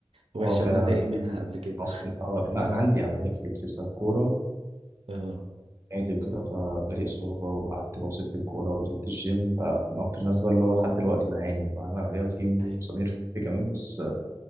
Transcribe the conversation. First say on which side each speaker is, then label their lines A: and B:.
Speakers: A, on the right; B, on the right.
A: وحشه
B: اه فعلا
A: وانا ضايق منها قبل كده
B: اصلا اه لا انا عندي عمليه في كتفي بسبب كوره
A: اه
B: عادي وكده فجالي إصابة وقعدت باصي في الكورة ودخلت الجيم فمن أكتر الناس بقى اللي هو لحد دلوقتي بعاني بعمل عملية وفي
A: أيوة.
B: مسامير في كمان بس